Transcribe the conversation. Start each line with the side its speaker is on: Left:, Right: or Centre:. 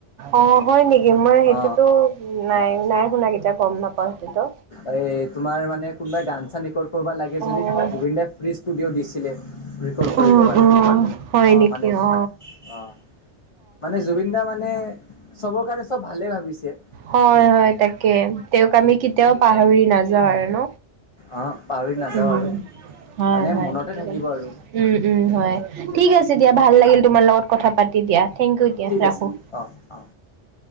Right: অঁ, হয় নেকি? মই
Left: অ।
Right: সেইটোতো নাই নাই শুনা কেইতিয়া গম নাপাওঁ সেইটোতো
Left: এ তোমাৰ মানে কোনোবাই গান চান কৰ কৰবা লাগে
Right: অঁ,
Left: যদি জুবিনদাই ফ্ৰী ষ্টুডিঅ' দিছিলে ৰিকৰ্ড কৰিবৰ
Right: উম,
Left: কাৰণে
Right: উম, হয়
Left: অ
Right: নেকি
Left: মানে
Right: অ
Left: অ মানে জুবিন দা মানে চবৰ কাৰণে চব ভালে ভাবিছে
Right: হয় হয় তাকে তেওঁক আমি কেতিয়াও পাহৰি নাযাওঁ আৰু ন
Left: অ পাহৰি নাযাওঁ
Right: উ
Left: আৰু
Right: হয়
Left: মানে
Right: হয়
Left: মনতে
Right: ঠিকে
Left: থাকিব
Right: ভাবিছে
Left: আৰু
Right: উম উম হয় ঠিক আছে দিয়া ভাল লাগিল তোমাৰ লগত কথা পাতি দিয়া থেংক ইউ দিয়া
Left: ঠিক
Right: ৰাখোঁ
Left: আছে অ অ